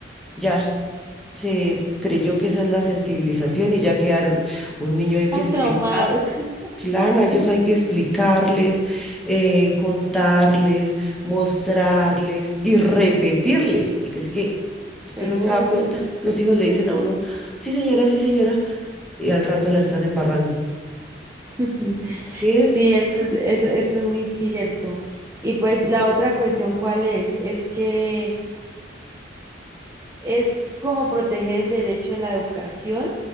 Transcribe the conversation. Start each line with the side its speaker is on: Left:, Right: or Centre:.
Centre: ya se creyó que esa es la sensibilización y ya quedaron. Un niño hay que
Right: hay
Centre: explicar
Right: Sí. traumados, <laughs>
Centre: Claro, a ellos hay que explicarles, eh, contarles, mostrarles y repetirles, porque es que usted
Right: pero
Centre: no se
Right: una
Centre: da
Right: y
Centre: cuenta,
Right: mil veces.
Centre: los hijos le dicen a uno, sí señora, sí señora, y al rato la están embarrando.
Right: <laughs>
Centre: Así es.
Right: Sí, eso, es- eso, eso es muy cierto. Y pues la otra cuestión, ¿cuál es? Es que es como proteger el derecho a la educación